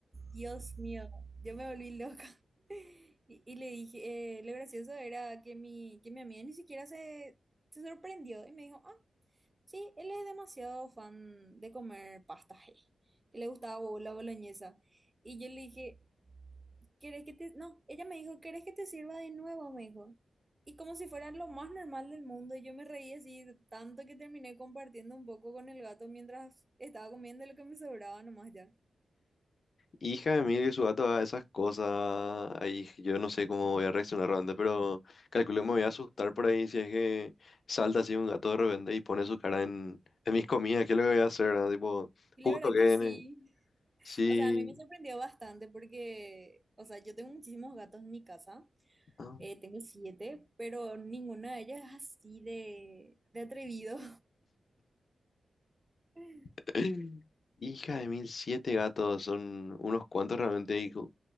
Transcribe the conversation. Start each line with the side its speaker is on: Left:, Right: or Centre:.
Right: Dios mío, yo me volví loca. Y, y le dije, eh, lo gracioso era que mi, que mi amiga ni siquiera se, se sorprendió y me dijo, ah, sí, él es demasiado fan de comer pasta eh, que le gustaba bo- la boloñesa. Y yo le dije, ¿querés que te...? No, ella me dijo, ¿querés que te sirva de nuevo? Me dijo. Y como si fuera lo más normal del mundo, y yo me reí así tanto que terminé compartiendo un poco con el gato mientras estaba comiendo lo que me sobraba nomás ya.
Left: Hija de mil que su gato haga esas cosas, ahí yo no sé cómo voy a reaccionar realmente, pero calculo que me voy a asustar por ahí si es que salta así un gato de repente y pone su cara en, en mis comidas, ¿qué es lo que voy a hacer? verdad? Tipo,
Right: Y
Left: justo
Right: la verdad
Left: que
Right: que
Left: viene,
Right: sí.
Left: sí.
Right: O sea, a mí me sorprendió bastante porque, o sea, yo tengo muchísimos gatos en mi casa,
Left: ah.
Right: eh, tengo siete, pero ninguna de ellas es así de, de atrevido. <laughs>
Left: <clears throat> Hija de mil, siete gatos, son unos cuantos realmente. Y co-